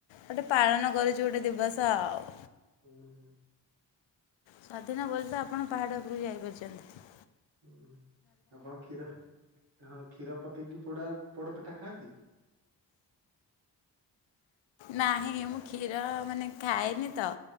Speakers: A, on the left; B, on the right.
A: ଗୋଟେ ପାଳନ କରୁଚୁ, ଗୋଟେ ଦିବସ ଆଉ।
B: ଉଁ ହୁଁ।
A: ସ୍ୱାଧୀନ ବୋଲି ତ, ଆପଣ ପାହାଡ଼ ଉପୁରୁକୁ ଯାଇପାରିଚନ୍ତି।
B: ହୁଁ, ଆପଣ କ୍ଷୀର, ହଁ କ୍ଷୀର ପକେଇକି ପୋଡା ପୋଡ ପିଠା ଖାଆନ୍ତି?
A: ନାହିଁ, ମୁଁ କ୍ଷୀର ମାନେ ଖାଏନି ତ